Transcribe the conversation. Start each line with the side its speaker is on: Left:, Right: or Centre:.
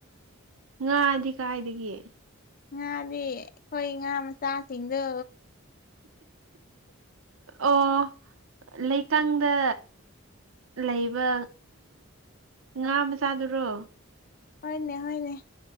Right: ꯉꯥꯗꯤ ꯀꯥꯏꯗꯒꯤ
Left: ꯉꯥꯗꯤ ꯑꯩꯈꯣꯏ ꯉꯥ ꯃꯆꯥꯁꯤꯡꯗꯣ
Right: ꯑꯣ ꯂꯩꯀꯪꯗ ꯂꯩꯕ ꯉꯥ ꯃꯆꯥꯗꯨꯔꯣ
Left: ꯍꯣꯏꯅꯦ ꯍꯣꯏꯅꯦ